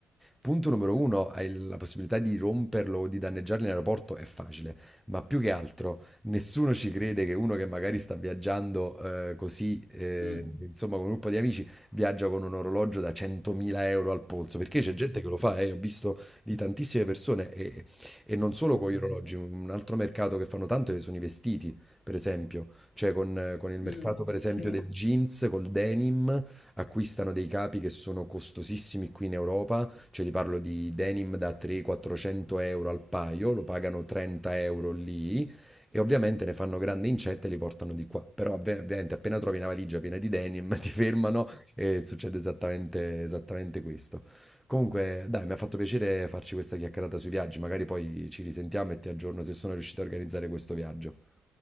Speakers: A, in the centre; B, on the left (about 55°).
A: punto numero uno, hai la possibilità di romperlo o di danneggarlo in aeroporto è facile, ma più che altro nessuno ci crede che uno che magari sta viaggiando eh, così, eh,
B: Mm,
A: insomma, con un gruppo di amici, viaggia con un orologio da 100.000 euro al polso, perché c'è gente che lo fa, eh, ho visto di tantissime persone e, e non solo con gli orologi, un altro mercato che fanno tanto sono i vestiti, per esempio, cioè con, eh, con il mercato
B: mm,
A: per esempio
B: sì.
A: del jeans, col denim, acquistano dei capi che sono costosissimi qui in Europa, cioè ti parlo di denim da 300-400 euro al paio, lo pagano 30 euro lì e ovviamente ne fanno grande incetta e li portano di qua. Però ovvi- ovviamente appena trovi una valigia piena di denim <laughs> ti fermano e succede esattamente, esattamente questo. Comunque, dai, mi ha fatto piacere farci questa chiacchierata sui viaggi, magari poi ci risentiamo e ti aggiorno se sono riuscito a organizzare questo viaggio.